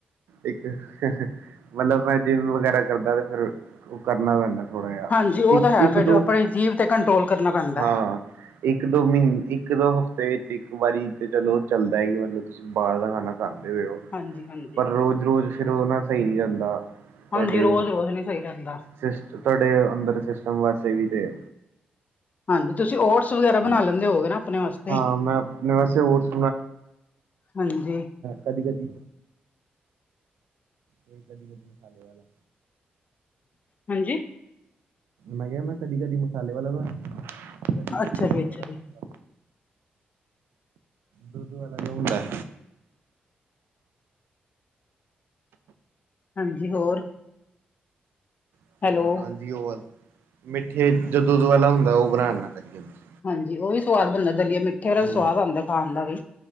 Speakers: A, on the right (about 80°); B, on the left (about 45°).
A: ਇੱਕ ਮਤਲਬ ਮੈਂ ਜਿੰਮ ਵਗੈਰਾ ਕਰਦਾ, ਤੇ ਫ਼ਿਰ ਉਹ ਕਰਨਾ ਪੈਂਦਾ ਥੋੜਾ ਜਿਹਾ
B: ਹਾਂਜੀ ਉਹ
A: ਇੱਕ
B: ਤਾਂ ਹੈ,
A: ਇੱਕ
B: ਫਿਰ
A: ਦੋ
B: ਆਪਣੇ ਜੀਭ ਤੇ ਕੰਟਰੋਲ ਕਰਨਾ ਪੈਂਦਾ
A: ਹਾਂ ਇੱਕ ਦੋ ਮਹੀਨੇ ਇੱਕ ਦੋ ਹਫ਼ਤੇ ਵਿੱਚ ਇੱਕ ਵਾਰੀ ਤੇ ਚਲੋ ਚੱਲਦਾ ਹੈ ਕਿ ਮਤਲਬ ਤੁਸੀਂ ਬਾਹਰ ਦਾ ਖਾਣਾ ਖਾਂਦੇ ਪਏ ਉਹ
B: ਹਾਂਜੀ ਹਾਂਜੀ
A: ਪਰ ਰੋਜ਼-ਰੋਜ਼ ਫਿਰ ਉਹ ਨਾ ਸਹੀ ਨਹੀਂ ਰਹਿੰਦਾ, ਤੁਹਾਡੇ
B: ਹਾਂਜੀ ਰੋਜ਼ ਰੋਜ਼ ਨੀ ਸਹੀ ਰਹਿੰਦਾ
A: ਸਿਸਟ ਤੁਹਾਡੇ ਅੰਦਰ ਸਿਸਟਮ ਵਾਸਤੇ ਵੀ ਤੇ
B: ਹਾਂਜੀ ਤੁਸੀਂ ਓਟਸ ਵਗੈਰਾ
A: ਹੂੰ,
B: ਬਣਾ ਲੈਂਦੇ ਹੋਗੇ ਨਾ ਆਪਣੇ ਵਾਸਤੇ
A: ਹਾਂ ਮੈਂ ਆਪਣੇ ਵਾਸਤੇ ਓਟਸ
B: ਹਾਂਜੀ।
A: ਕਦੀ-ਕਦੀ। ਇਹ ਕਦੀ-ਕਦੀ ਮਸਾਲੇ ਵਾਲਾ
B: ਹਾਂਜੀ।
A: ਮੈਂ ਕਿਹਾ ਮੈਂ ਕਦੀ-ਕਦੀ ਮਸਾਲੇ ਵਾਲਾ ਬਣਾ ਕਦੀ
B: ਅੱਛਾ
A: ਕਦੀ
B: ਜੀ, ਅੱਛਾ
A: ਦੁੱਧ ਵਾਲਾ
B: ਜੀ।
A: ਨੀ ਹੁੰਦਾ ਦੁੱਧ ਵਾਲਾ ਅਲਗ ਹੁੰਦਾ
B: ਹਾਂਜੀ ਹੋਰ।
A: ਹਾਂ
B: ਹੈਲੋ।
A: ਹਾਂਜੀ ਉਹ ਵਾਲਾ, ਮਿੱਠੇ ਜੋ ਦੁੱਧ ਵਾਲਾ ਹੁੰਦਾ ਉਹ ਬਣਾਨਾ ਕਦੀ-ਕਦੀ
B: ਹਾਂਜੀ ਉਹ ਵੀ ਸਵਾਦ ਬਣਦਾ ਦਲੀਏ ਮਿੱਠੇ ਵਾਲਾ ਵੀ
A: ਹਾਂ
B: ਸਵਾਦ ਆਉਂਦਾ ਖਾਣ ਦਾ ਵੀ